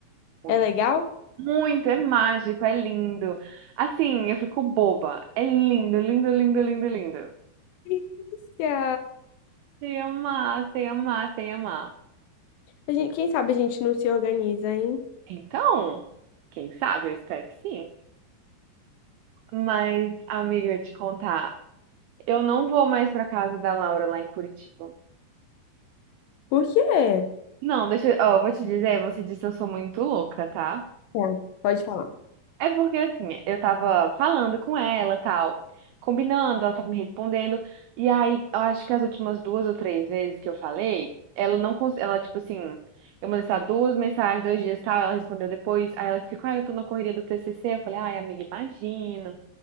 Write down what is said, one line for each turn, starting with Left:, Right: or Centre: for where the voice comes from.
Right: muito.
Left: É legal?
Right: Muito, é mágico, é lindo. Assim, eu fico boba. É lindo, lindo, lindo, lindo, lindo.
Left: Delícia!
Right: Sei amar, sei amar, sei amar.
Left: A gente, quem sabe a gente não se organiza, hein?
Right: Então, quem sabe, eu espero que sim. Mas, amiga, eu te contar, eu não vou mais pra casa da Laura lá em Curitiba.
Left: Por quê?
Right: Não, deixa, eu, ó, eu vou te dizer, você disse que eu sou muito louca, tá?
Left: Tá, pode falar.
Right: É porque assim, eu tava falando com ela, tal, combinando, ela tava me respondendo, e aí eu acho que as últimas duas ou três vezes que eu falei, ela não conseguiu, ela tipo assim, eu mandei só duas mensagens, dois dias, tal, ela respondeu depois, aí ela ficou, ah, eu tô na correria do TCC, eu falei, ai, amiga, imagino.